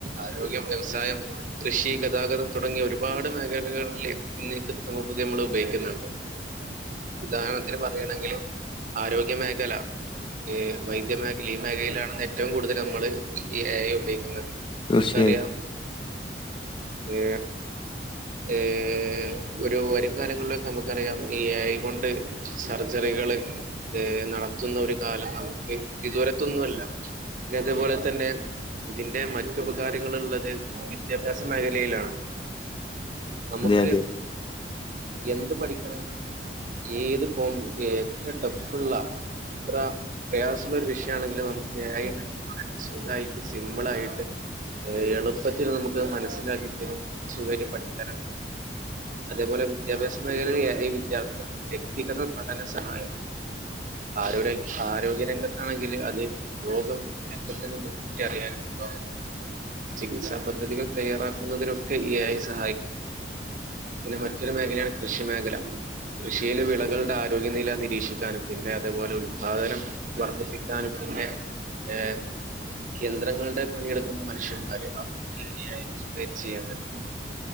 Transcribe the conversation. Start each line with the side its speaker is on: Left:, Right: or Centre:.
Right: ആരോഗ്യം വ്യവസായം കൃഷി ഗതാഗതം തുടങ്ങിയ ഒരുപാട് മേഖലക ർലി എന്നീ കൃതിമ ബുദ്ധി നമ്മൾ ഉപയോഗിക്കുന്നുണ്ട് ഉദാഹരണത്തിന് പറയയാണെങ്കിൽ ആരോഗ്യ മേഖല ഏ വൈദ്യ മേഖലിം ഈ മേഖലയിലാണിന്ന് ഏറ്റവും കൂടുതൽ നമ്മള് ഈ ഏഐ ഉപയോഗിക്കുന്നത്
Left: തീർച്ചയായും
Right: നമുക്കറിയാം ഏ ഏ ഒരു വരും കാലങ്ങളിലൊക്കെ നമുക്കറിയാം ഈ എ യികൊണ്ട് സർജറികള് ഏ നടത്തുന്ന ഒരു കാലം നമക്ക് ഇതുവരത്തൊന്നുല്ല പിന്നെ അതുപോലെ തന്നെ ഇതിന്റെ മറ്റുപകാരങ്ങൾ ഉള്ളത് വിദ്യാഭ്യാസ മേഖലയിലാണ് നമുക്ക്
Left: അതെ അതെ
Right: എന്ത് പഠിക്ക ഏത് കോ എത്ര ടഫുള്ളാ എത്ര പ്രയാസള്ള ഒരു വിഷയമാണെങ്കിലും നമുക്ക് എ ഐ സുഖായിട്ട് സിംമ്പ്ളായിട്ട് എളുപ്പത്തിൽ നമുക്ക് മനസ്സിലാക്കി തരും സുഖായിട്ട് പഠിക്കാനൊക്കെ പറ്റും അതേപോലെ വിദ്യാഭ്യാസ മേഖലയിൽ എ ഐ കിട്ട്യാ വ്യക്തിഗത പഠന സഹായം ആരോ രം ആരോഗ്യരംഗത്താണെങ്കിൽ അത് രോഗം തന്നെ <unintelligible> ചികിത്സാ പദ്ധതികള് തയ്യാറാക്കുന്നതിനൊക്കെ ഇ എ ഐ സഹായിക്കും പിന്നെ മറ്റൊരു മേഖലയാണ് കൃഷി മേഖല കൃഷിയിൽ വിളകളുടെ ആരോഗ്യനില നിരീക്ഷിക്കാനും പിന്നെ അതേപോലെ ഉൽ ൽപാതനം വർദ്ധിപ്പിക്കാനും പിന്നെ ഏ യന്ത്രങ്ങളുടെ പണിയെടുക്കുന്ന മനുഷ്യന്മാര് അവരിൽ എ ഐ ചെയ്യാൻ പറ്റും